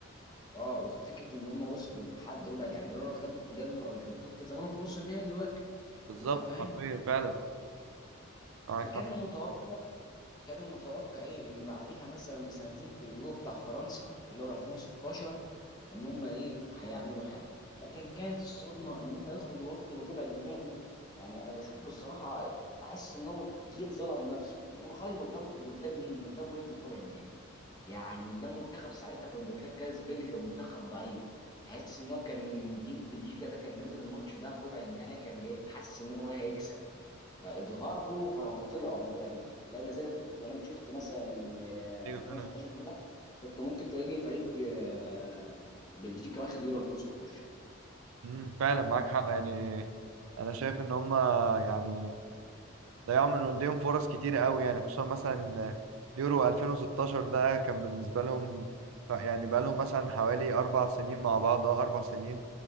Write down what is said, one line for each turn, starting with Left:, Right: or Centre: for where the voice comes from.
Left: اه وفكره ان هم وصلوا لحد ربع يعني لو كانوا قبل الارجنتين كان زمانهم في نص النهائي دلوقتي
Right: بالظبط
Left: انت فاهم
Right: حرفيا فعلا معاك
Left: فكان
Right: حق.
Left: المتوقع كان المتوقع ايه ان بعديها مثلا بسنتين في اليورو بتاع فرنسا اللي هو 2016 ان هم ايه هيعملوا حاجه لكن كانت الصدمه ان هم يخرجوا برضه من ربع النهائي يعني انا بشوف بصراحه احس ان هو جيل ظلم نفسه ان هم خرجوا قدام قدام مين قدام ويلز في ربع النهائي يعني قدام منتخب ساعتها كان بكاد جاز بيلي كان منتخب ضعيف تحس ان هو كان جيل بلجيكا ده كان نازل الماتش ده في ربع النهائي كان جاي حاسس ان هو هيكسب فاتغروا فراحوا طلعوا من ربع النهائي لولا ذلك كنت زمان شفت مثلا آه،
Right: ايوه
Left: 2016
Right: فعلا
Left: ده كنت ممكن تلاقي فريق آه، بلجيكا واخد يورو 2016
Right: امم فعلا معاك حق يعني انا شايف ان هم يعني ضيعوا من ايديهم فرص كتير قوي يعني خصوصا مثلا يورو 2016 ده كان بالنسبه لهم ف- يعني بقى لهم مثلا حوالي اربع سنين مع بعض اه اربع سنين